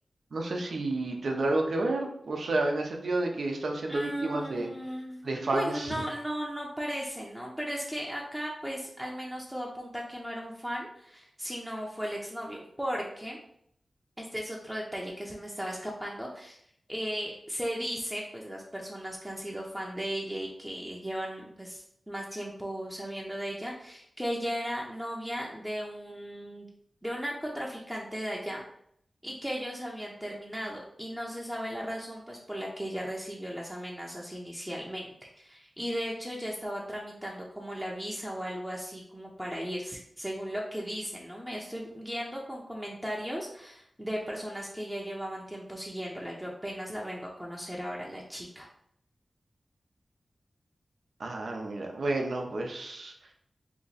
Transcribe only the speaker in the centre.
Mm,
bueno, no, no, no parece, ¿no? Pero es que acá, pues, al menos todo apunta a que no era un fan, sino fue el exnovio, porque Este es otro detalle que se me estaba escapando. Eh, se dice, pues las personas que han sido fan de ella y que llevan pues más tiempo sabiendo de ella, que ella era novia de un de un narcotraficante de allá y que ellos habían terminado y no se sabe la razón pues por la que ella recibió las amenazas inicialmente. Y de hecho ya estaba tramitando como la visa o algo así como para irse, según lo que dicen, ¿no? Me estoy guiando con comentarios de personas que ya llevaban tiempo siguiéndola. Yo apenas la vengo a conocer ahora la chica.